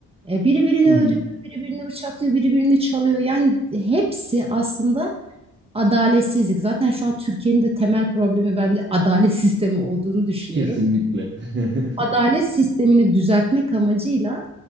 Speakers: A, on the right; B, on the right.
A: e, biri birini
B: hı
A: öldürüyor,
B: hı.
A: biri birini bıçaklıyor, biri birini çalıyor. Yani hepsi aslında adaletsizlik. Zaten şu an Türkiye'nin de temel problemi ben de <laughs> adalet sistemi olduğunu düşünüyorum.
B: Kesinlikle. <laughs>
A: Adalet sistemini düzeltmek amacıyla